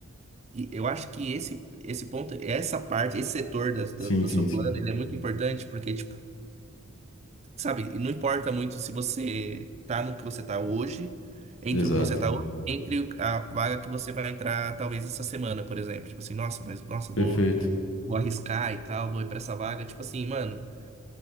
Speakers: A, on the right (about 30°); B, on the left (about 60°).
A: e- eu acho que esse, esse ponto, essa parte, esse setor das- da-
B: Sim,
A: do
B: sim,
A: seu
B: sim.
A: plano, ele é muito importante porque, tipo, Sabe, e não importa muito se você tá no que você tá hoje, entre
B: Exato.
A: o que você tá hoje, entre o- a vaga que você vai entrar talvez essa semana, por exemplo. Tipo assim, nossa, mas nossa,
B: Perfeito.
A: vou, vou arriscar e tal, vou ir pra essa vaga. Tipo assim, mano.